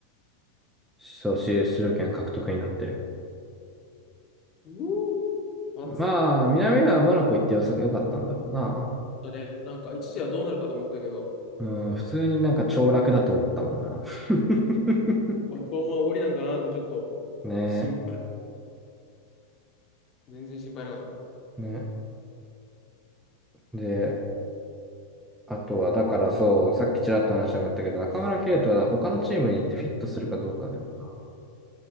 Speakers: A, in the centre; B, on the left.
A: そう、出場権獲得になってる。
B: うお暑い
A: まあ、南野はモナコ行って良さが良かったんだろうな。
B: だね。なんか一時はどうなるかと思ったけど、
A: うん、普通になんか凋落だと思ったもんな。<laughs>
B: あもうこのまま終わりなんかなってちょっと
A: ね
B: 心配。全然心配なかったわ。
A: え、ね。で、あとは、だからそう、さっきちらっと話したかったけど、中村敬斗は他のチームに行ってフィットするかどうかだよな。